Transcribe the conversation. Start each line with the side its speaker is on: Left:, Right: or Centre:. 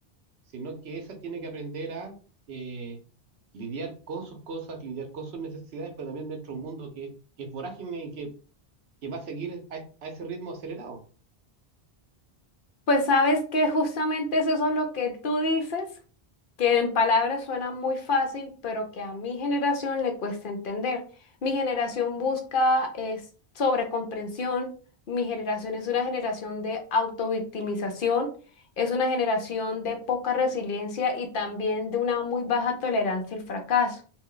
Right: sino que esa tiene que aprender a eh, lidiar con sus cosas, lidiar con sus necesidades, pero también dentro de un mundo que, que es vorágine y que que va a seguir a, a ese ritmo acelerado.
Left: Pues sabes que justamente es eso lo que tú dices, que en palabras suena muy fácil, pero que a mi generación le cuesta entender. Mi generación busca es sobrecomprensión, mi generación es una generación de autovictimización, es una generación de poca resiliencia y también de una muy baja tolerancia al fracaso.